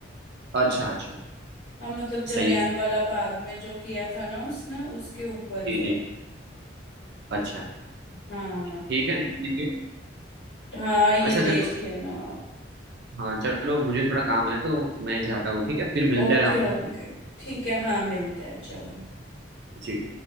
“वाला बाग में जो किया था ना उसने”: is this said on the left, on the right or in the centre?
Left